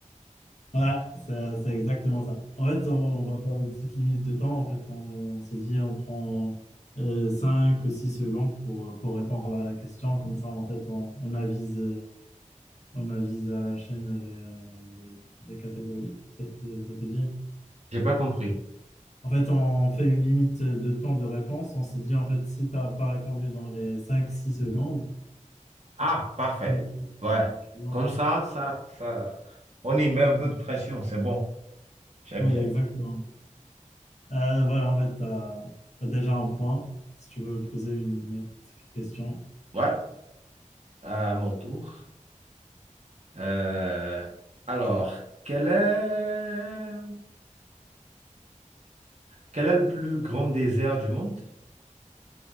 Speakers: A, on the left; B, on the right.
A: Ouais, c'est c'est exactement ça. En fait, on, on va faire une petite limite de temps. En fait, on se dit, on prend euh, 5 ou 6 secondes pour, pour répondre à la question. Comme ça, en fait, on, on avise, euh, on avise à la chaîne les, euh, les- les catégories. Ça te, ça te dit?
B: j'ai pas compris.
A: En fait, on fait une limite de temps de réponse. On s'est dit, en fait, si tu n'as pas répondu dans les cinq-six secondes,
B: Ah, parfait.
A: Oui.
B: Ouais.
A: tu vois.
B: Comme ça, ça, ça, on y met un peu de pression, c'est bon. J'aime
A: Oui,
B: bien.
A: exactement. Euh, voilà, en fait, tu as, déjà un point. Si tu veux poser une autre question.
B: Ouais, à mon tour. Euh, alors, quel est, quel est le plus grand désert du monde?